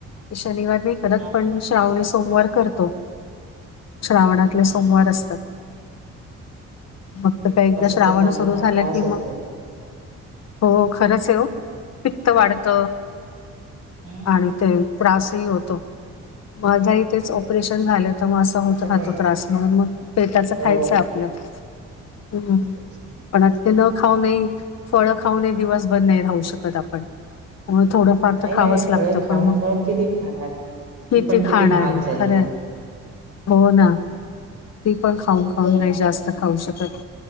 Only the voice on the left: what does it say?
शनिवार नाही करत,
पण
श्रावणी सोमवार करतो. श्रावणातले
सोमवार असतात. मगत
का
एकदा श्रावण
सुरू
झालं
कि
मग हो खरंच आहे ओ पित्त वाढत
आणि ते त्रासही होतो माझही तेच ऑपरेशन झाल त मग असं होत
राहतो
त्रास म्हणून मग पेताच
खायचं आपल. हम्म
पण आता ते न खाऊ न ही फळ खाऊन ही दिवस भर नाही राहू शकत आपण. होय थोडंफार
तर खावंच
लागतं
पण मग
किती
खाणार
आहे
खरंय
हो न ती पण खाऊन खाऊन नाही जास्त खाऊ शकत.